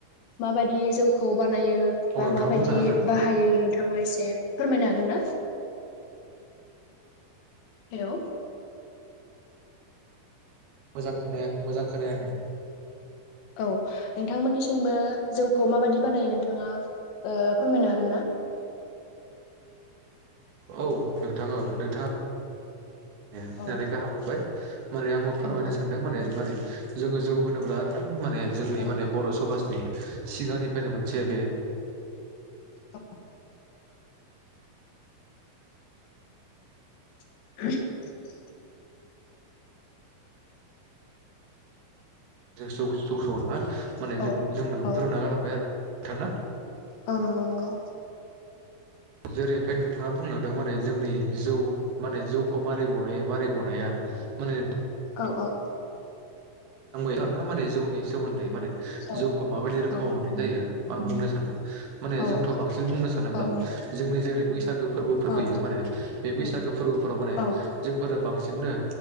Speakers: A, on the left; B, on the right.
A: माबायदि जौखौ बानायो
B: औ
A: बा
B: नोंथाङा
A: माबायदि
B: बुंनो हागोन
A: बाहायो नोंथां नोंथाङा एसे फोरमायनो हागोन ना? हेलौ।
B: मोजां खोनायै मोजां खोनायाखै।
A: औ नोंथांमोननिसिमबो जौखौ माबादि बानायो नोंथाङा ओ फोरमायनो हागोन ना?
B: औ नोंथां ओ नोंथां
A: औ
B: गाहाम मोनबाय। माने आंबो फोरमायनो
A: औ औ
B: सानदों माने माने जोङो जौ होनोब्ला आरोना। माने जोंनि
A: औ
B: माने बर' समाजनि सिगांनिफ्रायनो मोनसे बे
A: ओ। <inaudible>
B: <inaudible> माने
A: औ
B: जों जोंनो
A: औ
B: फोरोंना गालांबाय आ थांना‌
A: औ नंगौ नंगौ
B: जेरैनिफ्राय नोंथाङा बुंलांदों माने जोंनि जौ माने जौखौ मारै बनायो माबारै बनाया माने
A: औ - औ
B: आंबो <inaudible> जौनि सोमोन्दै माने
A: औ
B: जौखौ माबायदि रोखोमाव
A: औ
B: मोननाय जायो आं बुंनो सानदों माने
A: औ
B: जोंथ बांसिन बुंनो सानोब्ला
A: औ
B: जोंनि जेरै बैसागो फोरबोफोर
A: औ
B: फैयो माने बे बैसाग फोरबोफोराव माने
A: औ
B: जोंफोरो बांसिन बिदिनो